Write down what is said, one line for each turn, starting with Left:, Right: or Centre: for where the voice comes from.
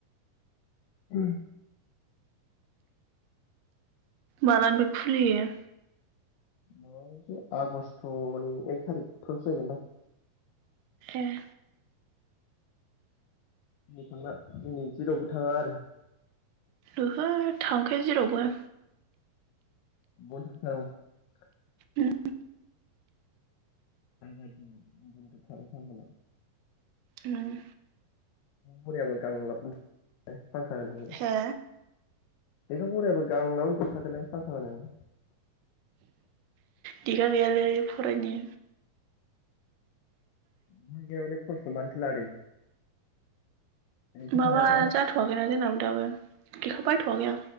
Left: ओम
Right: मालानिफ्राय खुलियो।
Left: माबायावसो आगस्टनि एक थारिखफ्रावसो जाहैगोन दां
Right: एह
Left: दिनै थांला दिनै जेरावबो थाङा आरो।
Right: ओहो थांखाया जेरावबो।
Left: <unintelligible>
Right: उम
Left: आजादि उन्दु उन्दु थाबाय था होनबालाय।
Right: उम
Left: बुरैयाबो गांलाब <unintelligible> फांखा होनानै
Right: हो
Left: लेखा फरायाबा गांलाब उन्दोना थादोलाय फांखा होनानै।
Right: दिखा गैयालै फरायनो
Left: <unintelligible> हले खस्थ मानोथो लादों। ओरैनोसो
Right: माबा
Left: थाङाबा
Right: जाथवाखैना जोंनाबो दाबो बेखौ बायथ <unintelligible> आं